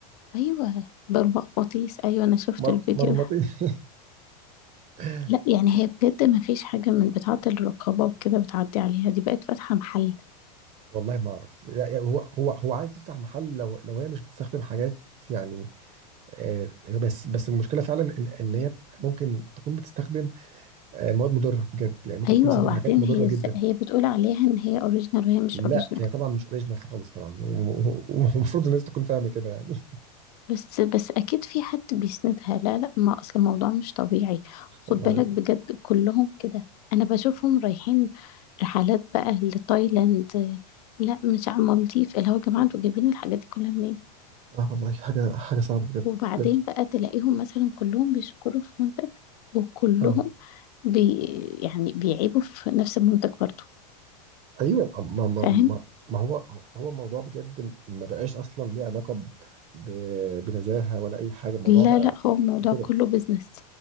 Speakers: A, on the left; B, on the right.
A: ايوه بالمغناطيس ايوه انا شفت
B: مر...
A: الفيديو
B: مرمطيس
A: ده
B: <laughs>
A: لا يعني هي بجد ما فيش حاجة من بتاعة الرقابة وكده بتعدي عليها دي بقت فاتحة محل
B: والله ما اعرف يعني هو هو هو عايز يفتح محل لو لو هي مش بتستخدم حاجات يعني آه، بس بس المشكله فعلا ان ان هي ممكن تكون بتستخدم آه، مواد مضره بجد يعني ممكن
A: ايوه
B: تكون بتستخدم
A: وبعدين
B: حاجات مضره
A: هي
B: جدا
A: ازاي هي بتقول عليها ان هي اوريجينال وهي مش
B: لا
A: اوريجينال
B: هي طبعا مش اوريجينال خالص طبعا وم- وم- ومفروض الناس تكون فاهمه كده يعني
A: بس بس اكيد في حد بيسندها لا لا ما اصل الموضوع مش طبيعي خد
B: والله
A: بالك بجد كلهم كده انا بشوفهم رايحين رحلات بقى لتايلاند لا مش على المالديف اللي هو يا جماعه انتوا جايبين الحاجات دي كلها منين
B: اه والله حاجة حاجة صعبة بجد
A: وبعدين
B: بجد
A: بقى تلاقيهم مثلا كلهم بيشكروا في منتج وكلهم
B: اه
A: بي يعني بيعيبوا في نفس المنتج برضه
B: ايوه آه، ما ما
A: فاهم
B: ما ما هو هو موضوع بجد م- ما بقاش اصلا ليه علاقه ب- ب- بنزاهه ولا اي حاجه الموضوع
A: لا
B: بقى
A: لا هو الموضوع
B: كده
A: كله بيزنس